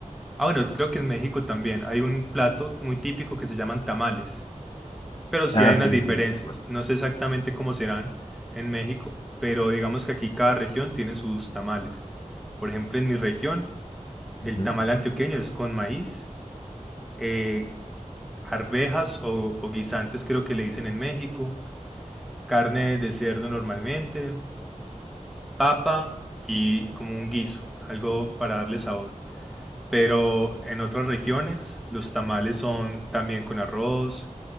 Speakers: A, in the centre; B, on the left.
A: Ah, bueno, creo que en México también hay un plato muy típico que se llaman tamales. Pero sí
B: Ah,
A: hay unas
B: sí,
A: diferencias.
B: sí, por supuesto.
A: No sé exactamente cómo serán en México, pero digamos que aquí cada región tiene sus tamales. Por ejemplo, en mi región, el
B: Ujú.
A: tamal antioqueño es con maíz. eh, arvejas o, o guisantes creo que le dicen en México, carne de cerdo normalmente, papa y como un guiso, algo para darle sabor. Pero en otras regiones los tamales son también con arroz,